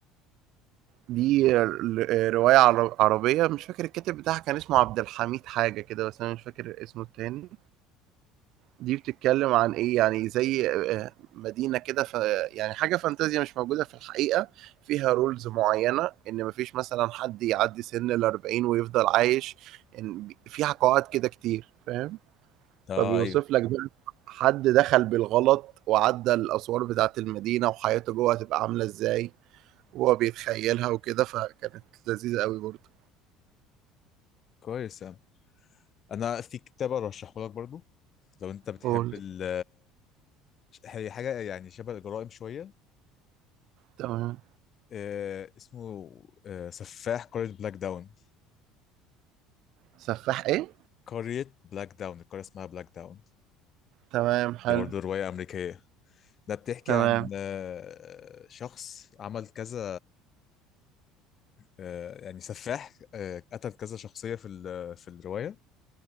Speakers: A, on the right; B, on the left.
A: دي ر- آه، رواية عر- عربية مش فاكر الكاتب بتاعها كان اسمه عبد الحميد حاجة كده بس أنا مش فاكر اسمه التاني دي بتتكلم عن إيه يعني زي آه، مدينة كده ف يعني حاجة فانتازيا مش موجودة في الحقيقة فيها رولز معينة إن مفيش مثلا حد يعدي سن الأربعين ويفضل عايش إن فيها قواعد كده كتير فاهم
B: اه
A: فبيوصف
B: ايوه
A: لك بقى حد دخل بالغلط وعدى الأسوار بتاعة المدينة وحياته جوه هتبقى عاملة إزاي وهو بيتخيلها وكده فكانت لذيذة أوي برضه
B: كويس يا عم انا في كتاب ارشحه لك برضو لو انت بتحب
A: قول
B: ال هي حاجه يعني شبه الجرائم شويه
A: تمام
B: آه اسمه آه سفاح قريه بلاك داون
A: سفاح إيه؟
B: قريه بلاك داون القريه اسمها بلاك داون
A: تمام حلو
B: دي برضو روايه امريكيه ده بتحكي
A: تمام
B: عن آه شخص عمل كذا آه يعني سفاح آه قتل كذا شخصيه في ال- في الروايه